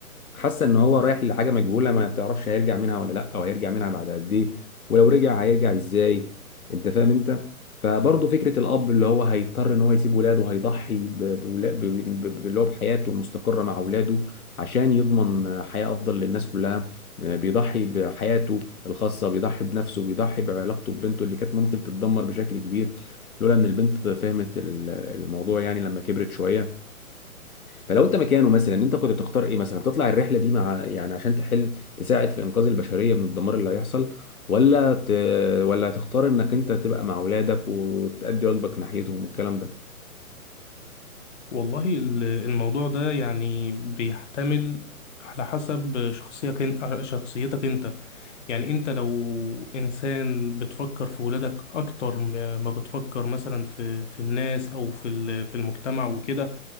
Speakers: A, on the left; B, on the left.
A: حاسه ان هو رايح لحاجه مجهوله ما تعرفش هيرجع منها ولا لا او هيرجع منها بعد قد ايه ولو رجع هيرجع ازاي انت فاهم انت فبرضه فكره الاب اللي هو هيضطر ان هو يسيب ولاده هيضحي ب- بولا- ب- ب- ب- اللي هو بحياته المستقره مع اولاده عشان يضمن حياه افضل للناس كلها آه، بيضحي بحياته الخاصه بيضحي بنفسه بيضحي بعلاقته ببنته اللي كانت ممكن تتدمر بشكل كبير لولا ان البنت فهمت ال- الموضوع يعني لما كبرت شويه فلو انت مكانه مثلا انت كنت تختار ايه مثلا تطلع الرحله دي مع يعني عشان تحل تساعد في انقاذ البشريه من الدمار اللي هيحصل ولا ت... ولا تختار انك انت تبقى مع اولادك وتأدي واجبك ناحيتهم والكلام ده
B: والله ال- الموضوع ده يعني بيحتمل على حسب شخصيتك انت شخصيتك انت يعني انت لو انسان بتفكر في ولادك اكتر ما ما بتفكر مثلا في في الناس او في ال- في المجتمع وكده